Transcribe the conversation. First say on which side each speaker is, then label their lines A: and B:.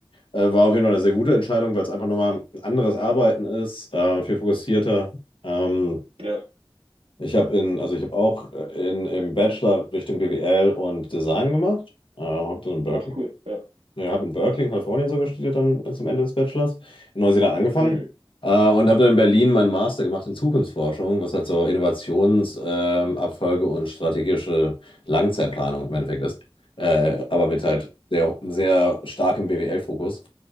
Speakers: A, on the left; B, on the right.
A: Äh, war auf jeden Fall eine sehr gute Entscheidung, weil es einfach nochmal ein anderes Arbeiten ist, äh, viel fokussierter. Ähm,
B: Ja,
A: ich habe in, also ich habe auch äh, in, im Bachelor Richtung BWL und Design gemacht. Äh, habe dann in Berkeley
B: ach cool, ja.
A: Ja, habe in Berkeley, in Kalifornien sogar studiert, dann zum Ende des Bachelors. In Neuseeland angefangen.
B: Mhm.
A: Äh, und habe dann in Berlin meinen Master gemacht in Zukunftsforschung, was halt so Innovationsabfolge ähm, Abfolge und strategische Langzeitplanung im Endeffekt ist. Äh, aber mit
B: Ja,
A: halt sehr, sehr starkem BWL-Fokus.